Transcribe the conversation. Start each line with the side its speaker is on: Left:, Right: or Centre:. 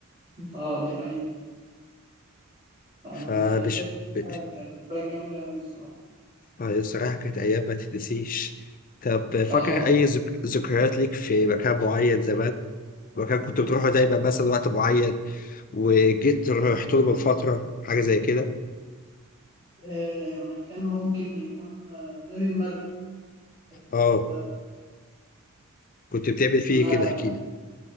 Right: اه دي حقيقه فانا
Left: فمش
Right: شايف
Left: مش-
Right: إنها كانت حاجه جميله قوي الصراحه
Left: آه، الصراحة كانت أيام ما تتنسيش طب فاكر
Right: اه
Left: أي ذك- ذكريات ليك في مكان معين زمان؟ مكان كنت بتروحه دايما مثلا وقت معين وجيت رحت له من فترة حاجة زي كده
Right: آه، مكان ممكن يكون آه، نادي المرج أكيد
Left: اه
Right: أنت
Left: كنت بتعمل فيه
Right: كنا
Left: ايه كده احكي لي